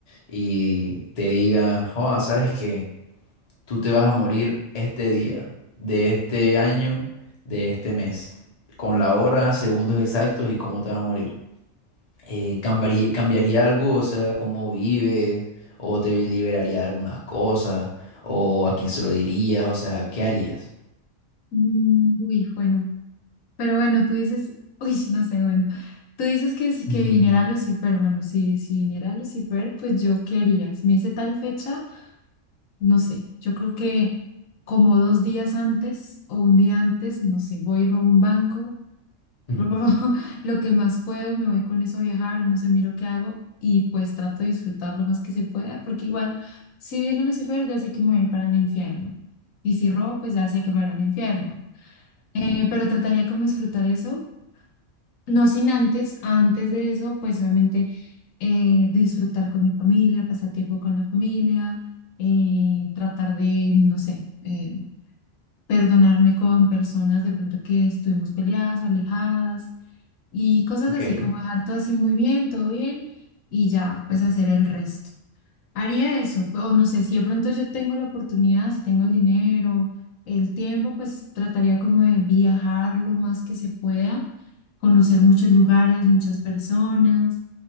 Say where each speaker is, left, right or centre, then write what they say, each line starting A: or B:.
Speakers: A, on the left; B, on the left.
A: y te diga, joa, sabes que tú te vas a morir este día, de este año, de este mes, con la hora, segundos exactos y cómo te vas a morir eh, cambiarí- ¿cambiaría algo? O sea, ¿cómo vives? ¿O te liberaría de algunas cosas? ¿O a quién se lo dirías? O sea, ¿qué harías?
B: mm, uy, bueno, pero bueno, tú dices, uy, no sé, bueno, tú dices que, si- que
A: <laughs>
B: viniera Lucifer, bueno, si, si viniera Lucifer, pues yo, ¿qué haría? Si me dice tal fecha, no sé, yo creo que como dos días antes o un día antes, no sé, voy, robo un banco
A: Ujú.
B: robo <laughs> lo que más puedo, me voy con eso a viajar o no sé, miro qué hago y pues trato de disfrutar lo más que se pueda, porque igual, si viene Lucifer, ya sé que me voy a ir para el infierno. Y si robo, pues ya sé que para el infierno. Eh, pero trataría como disfrutar eso, no sin antes, antes de eso, pues obviamente eh, disfrutar con mi familia, pasar tiempo con la familia, eh, tratar de, no sé, eh, perdonarme con personas de pronto que estuvimos peleadas o alejadas y cosas
A: Ok.
B: así como dejar todo así muy bien, todo bien y ya pues hacer el resto. Haría eso, p- o no sé, si de pronto yo tengo la oportunidad, si tengo el dinero, el tiempo, pues trataría como de viajar lo más que se pueda, conocer muchos lugares, muchas personas